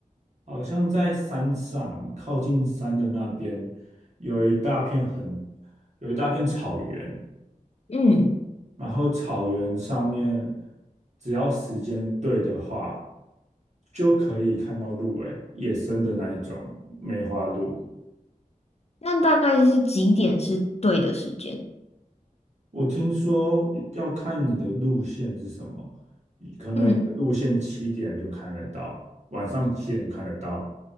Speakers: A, on the right; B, on the left.
A: 好像在山上，靠近山的那边有一大片很有一大片草原，
B: 嗯，
A: 然后草原上面只要时间对的话，就可以看到鹿哎，野生的那一种梅花鹿。
B: 那大概是几点是对的时间？
A: 我听说要看你的路线是什么，可能你的路线七点就看得到，
B: 嗯。
A: 晚上七点看得到，